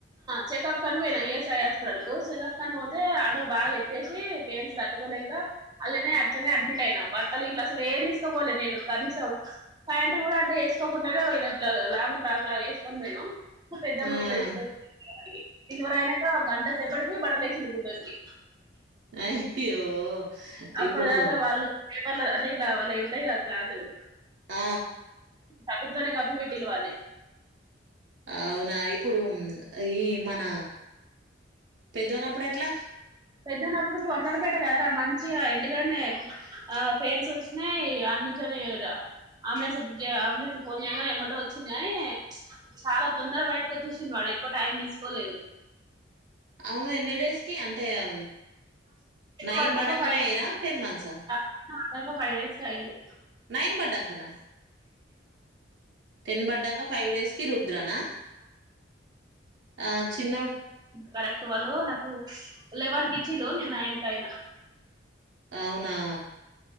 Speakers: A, on the right; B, on the right.
A: చెకప్ కని పోయినా ఐఎస్ఐ హాస్పిటల్కు చెకప్ కని పోతే ఆటో బాగ ఎత్తేశి పెయిన్స్ తట్టుకోలేక అల్లనే అట్లనే అడ్మిట్ అయినా బట్టలు గిట్ల అసలేం తీస్కోపోలేదు నేను కనీసం పైంట్ గూడ అంతే ఏసుకోకుండనే వొయిన లాంగ్ ఫ్రాక్ లాగ ఏస్ కొని పొయినం మ పెద్దమ్మ
B: ఆ!
A: గిట్లా తీసుకొచ్చ <unintelligible> డెల్వరైనంక గంటసేపటికి బట్టలేసిర్రు బుడ్డోనికి
B: అయ్యో
A: అప్పటిదాకా
B: ఇప్పుడు
A: వాళ్ళు పేపర్ల అంటే ఇట్ల వాళ్ళయింటయి గదా క్లాతులు
B: ఆ
A: అవ్వీటితోనే గప్పిపెట్టిల్వలి
B: అవునా ఇప్పుడు ఈ మన పెద్దోన్నప్పుడెట్లా
A: పెద్దోన్నప్పుడు వర్ధనపేట గదరా మంచిగ ఇంటికాడనే అయ్యే ఆ పేన్స్ ఒచ్చినయ్ అన్నజరీర అంబులన్స్ బుక్ చేయి అంబులన్స్ ఫోన్ చేయంగనే ఎమ్మటే ఒచ్చింది గానీ చాలా తొందర బయటికొచ్చేశిండు వాడు ఎక్కువ టైం తీస్కోలేదు
B: అవును ఎన్ని డేస్కి అంటే ఆ నైన్
A: పడ్డాక
B: బడంగానే
A: ఫైవ్
B: ఐర్రా టెన్ మంత్సా
A: <unintelligible> ఫైవ్ డేస్కి అయింది
B: నైన్ బడ్డంకనా టెన్ బడ్డంక ఫైవ్ డేస్ కి రుద్రనా ఆ చిన్నోడ్
A: కరక్ట్ వాళ్ళు నాకు లెవెన్కిచ్చిళ్ళు నేన్ నైన్కయిన
B: అవునా